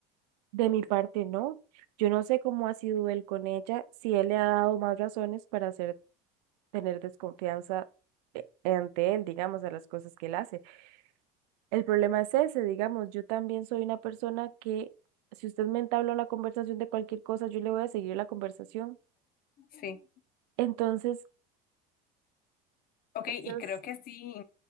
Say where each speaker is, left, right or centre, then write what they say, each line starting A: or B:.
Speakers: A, on the right (about 85°); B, on the left (about 45°).
A: de mi parte, no. Yo no sé cómo ha sido él con ella, si él le ha dado más razones para hacer, tener desconfianza eh, ante él, digamos, a las cosas que él hace. El problema es ese, digamos, yo también soy una persona que, si usted me entabla una conversación de cualquier cosa, yo le voy a seguir la conversación.
B: Sí.
A: Entonces,
B: Ok,
A: eso
B: y creo que sí,